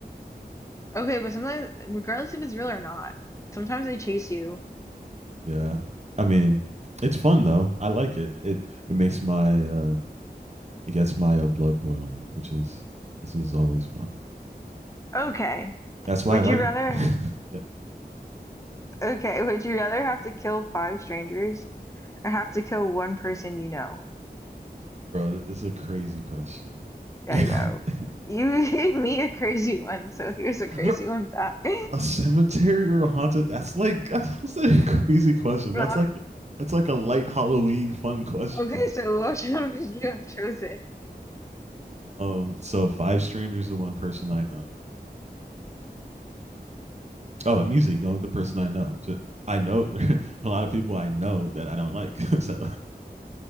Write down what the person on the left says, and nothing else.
Okay, but sometimes, regardless if it's real or not, sometimes they chase you.
Okay.
Would
you rather
okay, would you rather have to kill five strangers or have to kill one person you know?
Yeah, I know.
You <laughs> gave me a crazy one, so here's a crazy
one back. <laughs>
Not,
Okay, so which one would you have chosen?